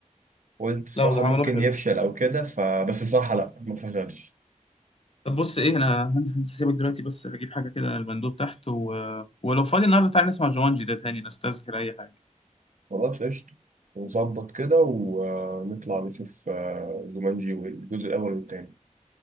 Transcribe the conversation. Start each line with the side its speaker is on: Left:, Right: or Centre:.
Right: قلت الصراحة
Left: لا وعملوه
Right: ممكن
Left: حلو
Right: يفشل أو كده فبس الصراحة لأ ما فشلش
Left: طب بص ايه انا هنزل هنزل سيبك دلوقتي بس هجيب حاجه كده من المندوب تحت و... ولو فاضي النهارده تعالى نسمع جوانجي ده تاني نستذكر اي حاجه
Right: خلاص قشطة نظبط كده ونطلع نشوف آه، جومانجي والجزء الأول والتاني